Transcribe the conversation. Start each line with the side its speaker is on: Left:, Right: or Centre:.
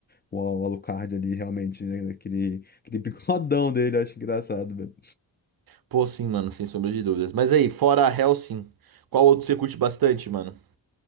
Left: o o Alucard ali, realmente, né? Aquele, aquele <laughs> bigodão dele, eu acho engraçado, velho.
Right: Pô, sim, mano, sem sombra de dúvidas. Mas aí, fora Hellsing, qual outro você curte bastante, mano?